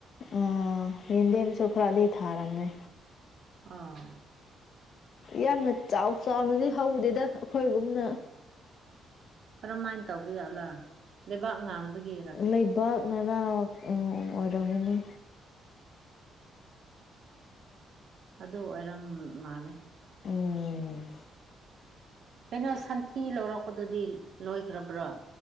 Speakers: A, on the left (about 60°); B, on the right (about 60°).
A: ꯑ ꯍꯗꯦꯝ ꯑꯃꯁꯁꯨ ꯈꯔꯗꯤ ꯊꯥꯔꯝꯃꯦ
B: ꯑꯥ
A: ꯌꯥꯝꯅ ꯆꯥꯎ ꯆꯥꯎꯅꯗꯤ ꯍꯧꯗꯦꯗ ꯑꯩꯈꯣꯏꯒꯨꯝꯅ
B: ꯀꯔꯝꯍꯥꯏꯅ ꯇꯧꯕ ꯌꯥꯠꯂꯥ ꯂꯩꯕꯥꯛ ꯉꯥꯡꯕꯒꯤ
A: ꯂꯩꯕꯥꯛꯅꯔꯥꯡ ꯑꯣꯏꯔꯝꯒꯅꯤ
B: ꯑꯗꯨ ꯑꯣꯏꯔꯝ ꯃꯥꯜꯂꯦ
A: ꯎꯝ
B: ꯀꯩꯅꯣ ꯁꯟꯊꯤ ꯂꯧꯔꯛꯄꯗꯨꯗꯤ ꯂꯣꯏꯈ꯭ꯔꯕ꯭ꯔꯣ